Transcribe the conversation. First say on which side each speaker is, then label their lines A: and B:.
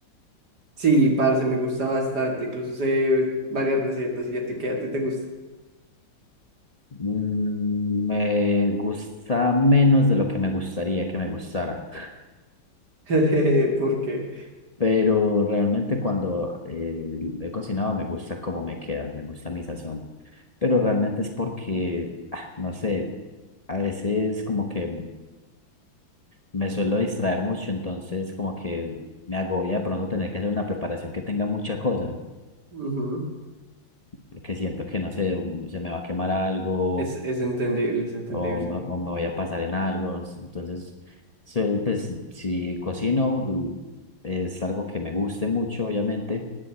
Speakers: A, on the right; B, on the left.
A: Sí, parce, me gusta bastante. Incluso sé varias recetas y ya te queda, a ti te gusta.
B: Mm, me gusta menos de lo que me gustaría que me gustara,
A: <laughs> Porque
B: pero realmente cuando eh, he cocinado me gusta cómo me queda, me gusta mi sazón, pero realmente es porque, ah, no sé, a veces como que me suelo distraer mucho, entonces como que me agobia de pronto tener que hacer una preparación que tenga mucha cosa,
A: ujú,
B: porque siento que, no sé, se me va a quemar algo
A: Es, es entendible, es entendible.
B: o me, o me voy a pasar en algo. Entonces, se- pues si cocino, l- es algo que me guste mucho, obviamente,